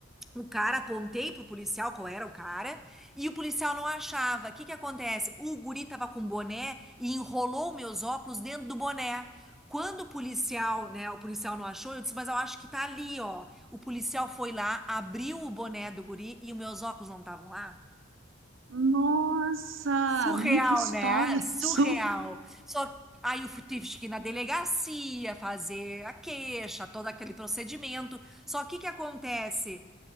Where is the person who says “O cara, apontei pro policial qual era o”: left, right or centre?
Centre